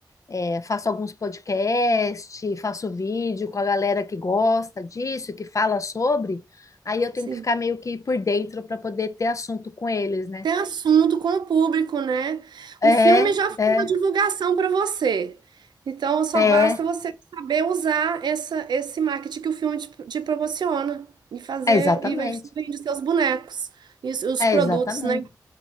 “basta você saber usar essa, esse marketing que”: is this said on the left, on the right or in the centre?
Right